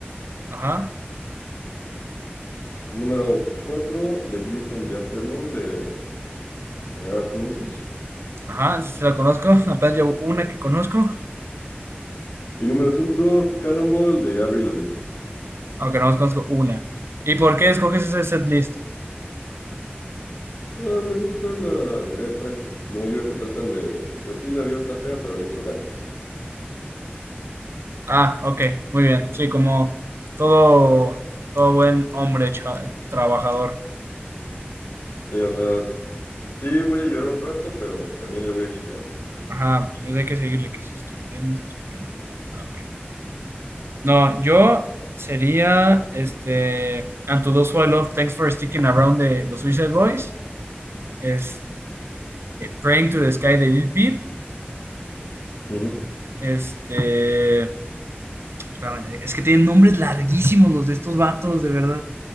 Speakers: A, on the right; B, on the left.
A: Ajá,
B: Número 4 The View from the Afternoon de, de Arctic Monkeys.
A: ajá, sí, sí la conozco. <laughs> Apenas llevo una que conozco,
B: Y número cinco Cannonball de Avril Lavigne.
A: aunque no más conozco una. ¿Y por qué escoges ese setlist?
B: Ah, me gusta la letra que la mayoría se tratan de, pues sí, la vida está fea, pero le echo ganas.
A: Ah, ok, muy bien. Sí, como todo, todo buen hombre cha- trabajador.
B: Sí, o sea, s- sí voy a llorar un rato, pero también le voy a chambear.
A: Ajá, pues hay que seguirle. ¿Qué es esto? Playlist, friend. Ah, ok. No, yo sería este. And to those who I love, thanks for sticking around de los Suicide Boys. Este. Praying to the Sky de Lil Peep.
B: Ujú, ujú,
A: Este. Espérame, es que tienen nombres larguísimos los de estos vatos, de verdad.